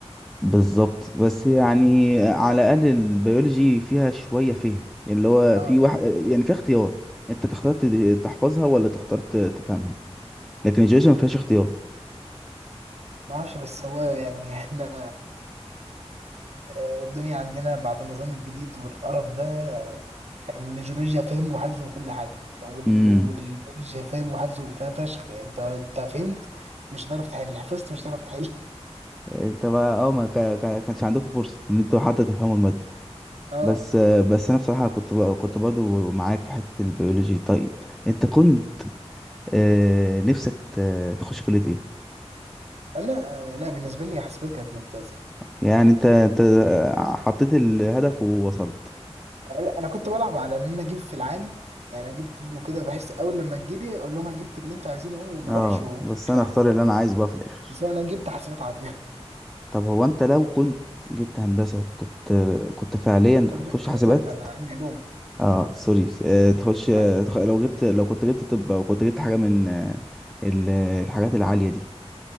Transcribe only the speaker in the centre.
بالظبط بس يعني على الأقل البيولوجي فيها شوية فهم اللي هو
في واحد يعني في اختيار أنت تختار تد- تحفظها ولا تختار ت- تفهمها لكن الجيولوجيا ما فيهاش اختيار
امم
انت بقى اه ما كا- كا- كانش عندكم فرصة ان انتوا حتى تفهموا المادة
بس آه، بس انا بصراحه كنت ب- كنت برضو معاك في حته البيولوجي طيب انت كنت آه، نفسك ت- تخش كليه ايه
يعني انت انت آه، حطيت الهدف ووصلت
اه
بس انا
اختار اللي انا عايزه بقى في الاخر
طب هو انت لو كنت جبت هندسه كنت كنت فعليا
هتخش
حاسبات
اه سوري آه، تخش آه،
تخ- لو جبت لو كنت جبت طب او كنت جبت حاجه من آه، ال- الحاجات العاليه دي